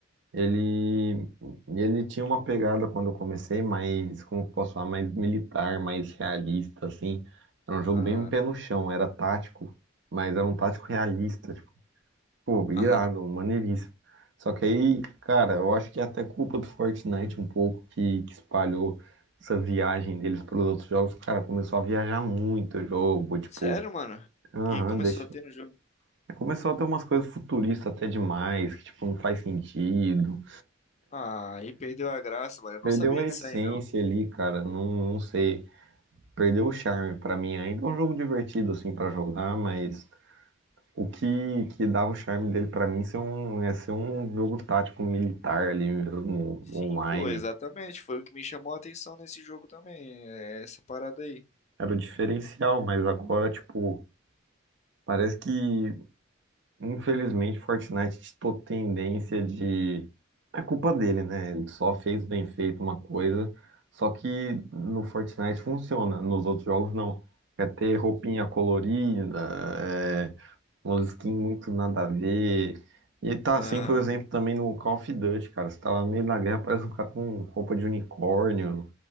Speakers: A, on the right; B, on the left.
A: Ele, ele tinha uma pegada quando eu comecei, mais como eu posso falar, mais militar, mais realista, assim. Era um jogo
B: Ah,
A: bem pé no chão, era tático, mas era um tático realista, tipo, pô, irado,
B: aham.
A: maneiríssimo. Só que aí, cara, eu acho que é até culpa do Fortnite um pouco que, que espalhou essa viagem deles para os outros jogos. Cara, começou a viajar muito o jogo, tipo,
B: Sério, mano? O
A: aham,
B: que começou
A: deixa.
B: a ter no jogo?
A: Começou a ter umas coisas futuristas até demais, que, tipo, não faz sentido.
B: Ah, aí perdeu a graça, mano. Eu
A: Perdeu
B: não sabia
A: a essência
B: disso aí.
A: ali, cara. Não, não sei. Perdeu o charme pra mim. Ainda é um jogo divertido, assim, pra jogar, mas o que, que dava o charme dele pra mim ser um, é ser um jogo tático militar ali mesmo,
B: Sim,
A: online.
B: pô, exatamente. Foi o que me chamou a atenção nesse jogo também. É essa parada aí.
A: Era o diferencial, mas agora, tipo, parece que Infelizmente, Fortnite tem tendência de. É culpa dele, né? Ele só fez bem feito uma coisa. Só que no Fortnite funciona, nos outros jogos não. Quer ter roupinha colorida, é... umas skins muito nada a ver. E tá
B: Aham.
A: assim, por exemplo, também no Call of Duty, cara. Você tá lá no meio da guerra, parece um cara com roupa de unicórnio,